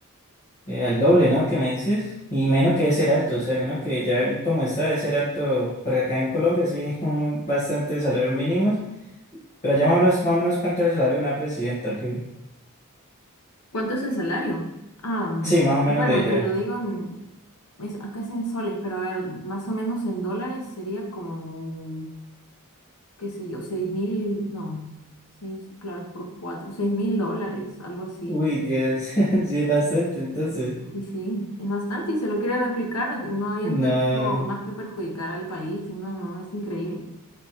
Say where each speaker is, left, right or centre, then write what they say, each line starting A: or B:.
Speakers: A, on the left; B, on the left.
A: Eh, al doble, ¿no? ¿Qué me dices? Y menos que debe ser alto, o sea, menos que ya como está debe ser alto, porque acá en Colombia sí, <laughs> un, bastante salarios mínimos, pero ya más o menos, más o menos cuánto es el salario de una presidenta, que
B: ¿Cuánto es el salario? Ah, mm,
A: sí, más o
B: bueno,
A: menos de ella.
B: te lo digo en, es- acá es en soles, pero a ver, más o menos en dólares sería como, qué sé yo, seis mil, no, seis, claro, por cuatro, seis mil dólares, algo así.
A: Uy, Dios, <laughs> sí es bastante, entonces,
B: Sí, sí, es bastante y se lo quiere replicar no no habiendo
A: no,
B: hecho más que perjudicar al país. No, no, es increíble.